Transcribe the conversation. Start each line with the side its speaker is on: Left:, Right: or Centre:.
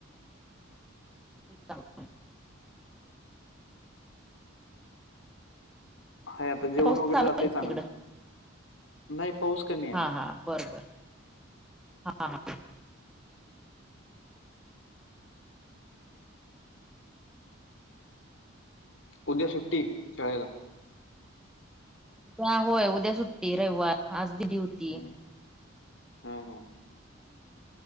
Centre: <unintelligible>
Left: हाय आता जेवण
Centre: पाऊस
Left: वगैरे
Centre: चालू
Left: जातंय
Centre: आहे तिकडं
Left: चांगलं, नाही पाऊस कमी आहे
Centre: हां
Left: आता.
Centre: हां बरं बर, हां.
Left: उद्या सुट्टी शाळेला.
Centre: हा होय उद्या सुट्टी रविवार आज ड्युती
Left: हं. हा हा
Centre: हम्म.